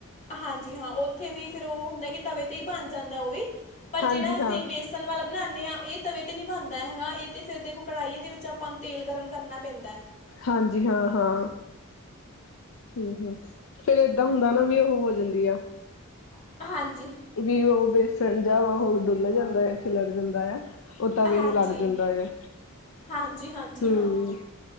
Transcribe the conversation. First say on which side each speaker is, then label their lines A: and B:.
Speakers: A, on the left; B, on the left.
A: ਹਾਂਜੀ, ਹਾਂ ਉੱਥੇ ਵੀ ਫਿਰ ਉਹ ਹੁੰਦਾ ਤਵੇ ਤੇ ਹੀ ਬਣ ਜਾਂਦਾ ਔ ਵੀ। ਪਰ
B: ਹਾਂਜੀ
A: ਜਿਹੜਾ ਅਸੀਂ
B: ਹਾਂ
A: ਬੇਸਨ ਵਾਲਾ ਬਣਾਉਂਨੇ ਆਂ, ਇਹ ਤਵੇ ਤੇ ਨਹੀ ਬਨਦਾ ਹੈਗਾ। ਇਹ ਤੇ ਫ਼ਿਰ ਦੇਖੋ ਕੜਾਹੀਆਂ ਦੇ ਵਿੱਚ ਆਪਾਂ ਨੂੰ ਤੇਲ ਗਰਮ ਕਰਨਾ ਪੈਂਦਾ।
B: ਹਾਂਜੀ ਹਾਂ, ਹਾਂ ਹੂੰ, ਹੂੰ ਫ਼ੇਰ ਏਦਾਂ ਹੁੰਦਾ ਨਾ ਵੀ ਉਹ ਹੋ ਜਾਂਦੀ ਆ।
A: <unintelligible>
B: <unintelligible> ਫਿਰ ਜਾ ਤਾਂ ਔ ਡੁੱਲ ਜਾਂਦਾ ਆ, ਖਿਲਰ ਜਾਂਦਾ ਆ। ਉਹ ਤਵੇ
A: ਹਾਂਜੀ-ਹਾਂਜੀ,
B: ਨੂੰ ਲੱਗ ਜਾਂਦਾ ਆ
A: ਹਾਂਜੀ
B: ਹੂੰ
A: ਹਾਂ